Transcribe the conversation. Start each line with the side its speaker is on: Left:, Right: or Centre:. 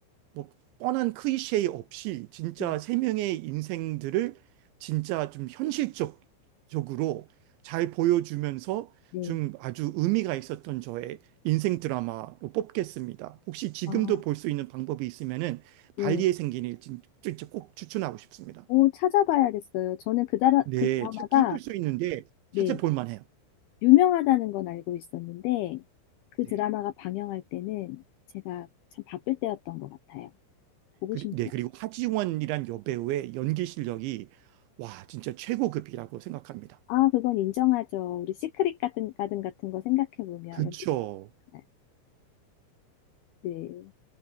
Right: 뭐 뻔한 클리셰 없이 진짜
Left: 네,
Right: 세 명의 인생들을 진짜 좀 현실적적으로 잘 보여주면서
Left: 네.
Right: 좀 아주 의미가 있었던 저의 인생 드라마로 뽑겠습니다. 혹시 지금도
Left: 아,
Right: 볼 수 있는 방법이 있으면은 발리에
Left: 네.
Right: 생긴 일 진- 진짜 꼭 추천하고 싶습니다.
Left: 오, 찾아봐야겠어요. 저는 그, 드라,
Right: 네,
Left: 그 드라마가,
Right: 찾기 힘들 수 있는데
Left: 네,
Right: 찾아볼 만해요.
Left: 유명하다는 건 알고 있었는데, 그
Right: 네.
Left: 드라마가 방영할 때는 제가 참 바쁠 때였던 것 같아요. 보고
Right: 그리,
Left: 싶네요.
Right: 네, 그리고 하지원이란 여배우의 연기 실력이 와, 진짜 최고급이라고 생각합니다.
Left: 아, 그건 인정하죠. 우리 시크릿 가든 가든 같은 거 생각해보면
Right: 그쵸.
Left: 여기가. 많아요. 네.